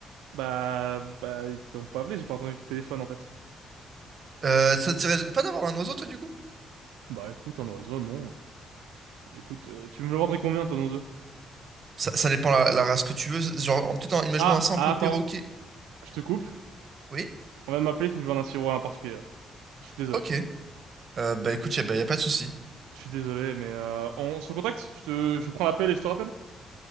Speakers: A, on the right; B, on the right.
A: Bah, bah, ils t'ont pas appelé, j'ai pas entendu ton téléphone, en fait.
B: Euh, ça te dirait pas d'avoir un oiseau, toi, du coup?
A: Bah écoute, en oiseau, non. Écoute, euh, tu me le vendrais combien ton oiseau?
B: Ça, ça dépend la, la race que tu veux. Genre, en- peut-être, en- imaginons
A: Ah,
B: un simple
A: ah, attends,
B: perroquet.
A: je te coupe.
B: Oui,
A: On vient de m'appeler, il faut que je vende un sirop à un particulier. là. Je suis désolé.
B: ok. Euh, bah écoute, y a, bah, y a pas de souci.
A: Je suis désolé, mais euh, on se contacte? Je te, je prends l'appel et je te rappelle?